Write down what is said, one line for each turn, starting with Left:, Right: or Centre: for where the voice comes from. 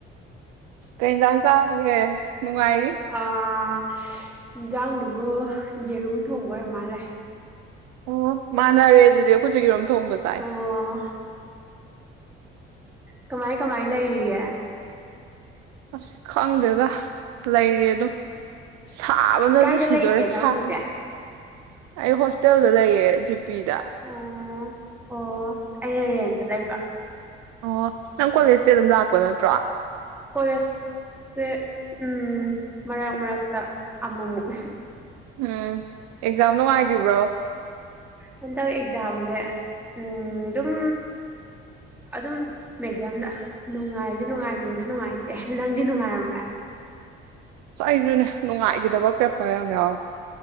Right: ꯀꯩ ꯍꯦꯟꯖꯥꯡ ꯆꯥꯔꯒꯦ ꯅꯨꯡꯉꯥꯏꯔꯤ
Centre: ꯑꯥ ꯏꯟꯖꯥꯡꯗꯨꯕꯨ ꯌꯦꯔꯨꯝ ꯊꯣꯡꯕ ꯑꯣꯏꯔ ꯃꯥꯜꯂꯦ
Right: ꯑꯣ ꯃꯥꯅꯔꯦ ꯑꯗꯨꯗꯤ ꯑꯩꯈꯣꯏꯁꯨ ꯌꯦꯔꯨꯝ ꯊꯣꯡꯕ ꯆꯥꯏ
Centre: ꯑꯣ ꯀꯃꯥꯏ ꯀꯃꯥꯏ ꯂꯩꯔꯤꯒꯦ
Right: ꯑꯁ ꯈꯪꯗꯦꯗ ꯂꯩꯔꯤ ꯑꯗꯨꯝ ꯁꯥꯕꯅꯁꯨ
Centre: ꯀꯥꯏꯗ
Right: ꯁꯤꯗꯣꯔꯦ
Centre: ꯂꯩꯒꯦ ꯅꯪ
Right: ꯁꯥ
Centre: ꯍꯧꯖꯤꯛ
Right: ꯑꯩ ꯍꯣꯁꯇꯦꯜꯗ ꯂꯩꯌꯦ ꯖꯤ ꯄꯤꯗ
Centre: ꯑꯣ ꯑꯣ ꯑꯩꯅ ꯔꯦꯟꯇ ꯂꯩꯕ
Right: ꯑꯣ ꯅꯪ ꯀꯣꯂꯦꯖꯇꯤ ꯑꯗꯨꯝ ꯂꯥꯛꯄ ꯅꯠꯇ꯭ꯔꯣ
Centre: ꯀꯣꯂꯦꯖꯁꯦ ꯎꯝ ꯃꯔꯛ ꯃꯔꯛꯇ ꯑꯃꯨꯃꯨꯛ
Right: ꯎꯝ ꯑꯦꯛꯖꯥꯝ ꯅꯨꯡꯉꯥꯏꯒꯤꯕ꯭ꯔꯣ
Centre: ꯍꯟꯗꯛ ꯑꯦꯛꯖꯥꯝꯖꯦ ꯎꯝ ꯗꯨꯝ ꯑꯗꯨꯝ ꯃꯦꯗꯤꯌꯝꯗ ꯅꯨꯡꯉꯥꯏꯖꯨ ꯅꯨꯡꯉꯥꯏ ꯅꯨꯡꯖꯨ ꯅꯨꯡꯉꯥꯏꯇꯦ ꯅꯪꯗꯤ ꯅꯨꯡꯉꯥꯏꯔꯝꯕ꯭ꯔꯥ
Right: ꯑꯁ ꯑꯩꯖꯨꯅꯦ ꯅꯨꯡꯉꯥꯏꯒꯤꯗꯕ ꯄꯦꯄꯔ ꯌꯥꯝ ꯌꯥꯎꯏ